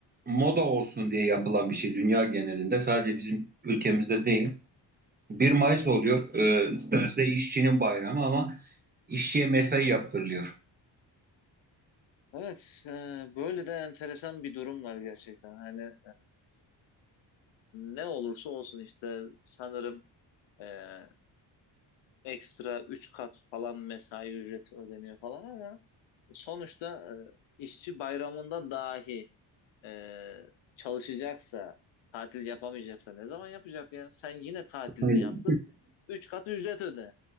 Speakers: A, on the right; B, on the left.
A: moda olsun diye yapılan bir şey dünya genelinde sadece bizim ülkemizde değil. Bir Mayıs oluyor, e, sözde işçinin bayramı ama işçiye mesai yaptırılıyor.
B: Evet, eee, böyle de enteresan bir durum var gerçekten. Hani eee, ne olursa olsun işte sanırım eee, ekstra 3 kat falan mesai ücreti ödeniyor falan ama sonuçta eee, işçi bayramında dahi e, çalışacaksa, tatil yapamayacaksa ne zaman yapacak ya? Sen yine tatilini
A: Aynen.
B: yaptın. Üç kat ücret öde.